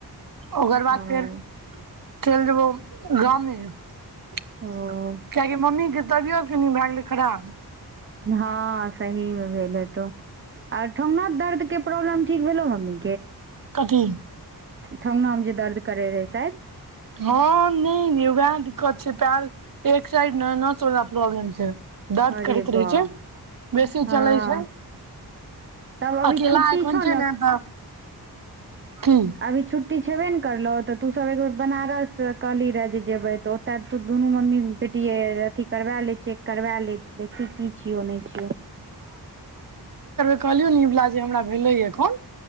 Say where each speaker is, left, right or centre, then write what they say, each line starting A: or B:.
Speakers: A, on the right; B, on the right.
A: ओकर बाद
B: हँ
A: फेर चल जेबौ गाममे कियकि
B: ओ
A: मम्मीे तबियत कनि भए गेलै खराब
B: हँ सही मे भेल हे तो आर ठङ्गनामे न दर्द के प्रॉब्लम ठीक भेलेलो मम्मीे
A: कथी
B: ठङ्गनामे जे दर्द करैत रहै शायद
A: हँ नहि वएह दिक्कत छै प एक साइड न सोला प्रॉ्लम छै दर्द
B: अरे
A: करैत
B: वाह!
A: रहै छै बेसी
B: हँ,
A: चलै छै
B: तब अभी
A: अकेला
B: छुट्टी
A: एखन
B: छौ
A: छै ने तऽ की
B: आी छुटी छुट्टी छेबे ने करलहु तऽ तू सब एक बेर बनारस कहली रहय जे जेबे तऽ ओत तू दुनू मम्मी अथी करबा लै छियै करबा ले देखी की छियौ नहि छियौ
A: कहलियो न निवला जे हमरा भेले एखन